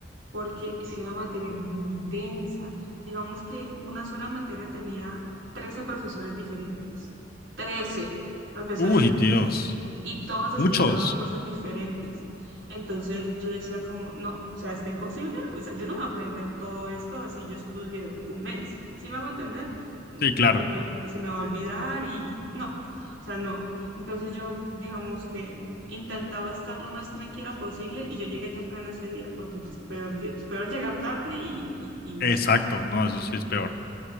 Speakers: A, on the right (about 80°); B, on the left (about 55°).
A: porque es que la materia era muy densa. Digamos que una sola materia tenía 13 profesores diferentes. trece profesores
B: Uy,
A: diferentes.
B: Dios.
A: Y todos explicaban
B: Muchos.
A: cosas diferentes. Entonces yo decía como, no, o sea, está imposible. O sea, yo no voy a aprender todo esto así yo estudié un mes. ¿Sí me hago entender? Mm,
B: Sí, claro.
A: Se me, se me va a olvidar y no, o sea, no. Entonces yo, digamos que intentaba estar lo más tranquila posible y yo llegué temprano ese día, porque pues peor, lle- peor llegar tarde y, y- y
B: Exacto.
A: eso.
B: No, eso sí es peor.